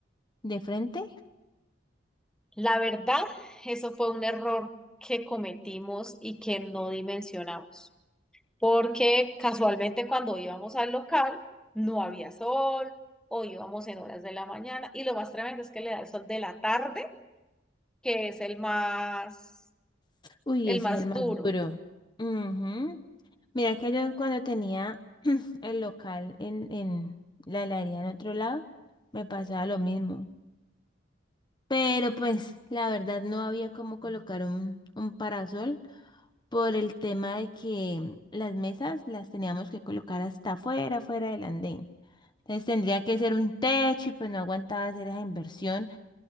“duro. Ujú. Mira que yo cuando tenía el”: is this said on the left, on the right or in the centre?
Left